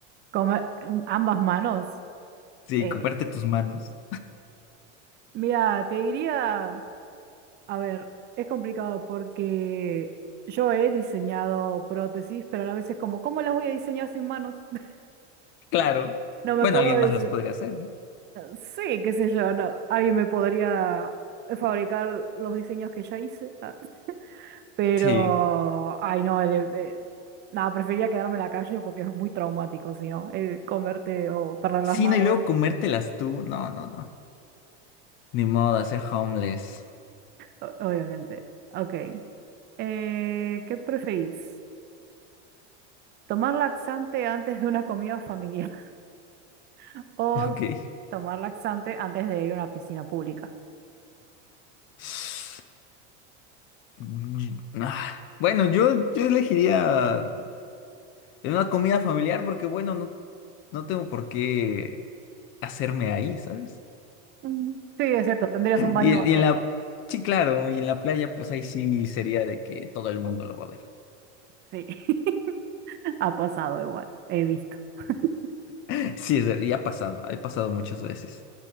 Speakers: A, on the right; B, on the left.
A: Como eh, ambas manos.
B: Sí,
A: Eh,
B: comerte tus manos.
A: mira, te diría, a ver, es complicado porque yo he diseñado prótesis, pero a la vez es como, ¿cómo las voy a diseñar sin manos? <laughs>
B: Claro.
A: No me
B: Bueno,
A: puedo
B: alguien
A: decir,
B: más las podría hacer, ¿no?
A: sí, qué sé yo, no, alguien me podría fabricar los diseños que ya hice, ah, pero,
B: Sí.
A: ay no, el- eh, nada, preferiría quedarme en la calle porque es muy traumático, si no, eh, comerte o perder las
B: Sí,
A: manos,
B: no, y luego comértelas tú. No, no, no. Ni modo, hacer homeless.
A: o- obviamente. Ok. Eh, ¿qué preferís? ¿Tomar laxante antes de una comida familiar <laughs> o
B: <laughs>
A: tomar laxante antes de ir a una piscina pública?
B: Ok. Mm, ah, Bueno, yo, yo elegiría eh, una comida familiar porque, bueno, no, no tengo por qué hacerme ahí, ¿sabes?
A: Mm. Sí, es cierto, tendrías un baño
B: Y,
A: más cerca.
B: y en la... Sí, claro, y en la playa, pues ahí sí sería de que todo el mundo lo va a ver.
A: Sí, <laughs> ha pasado igual, he visto. <laughs>
B: <laughs> Sí, es ver- y ha pasado, ha pasado muchas veces.